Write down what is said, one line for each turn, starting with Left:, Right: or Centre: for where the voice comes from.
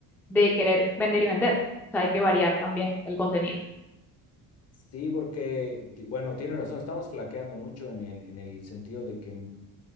Centre: de querer vender y vender. O sea, hay que variar también el contenido.
Left: Sí, porque, ti- bueno, tienes razón, estamos flaqueando mucho en el, en el sentido de que n-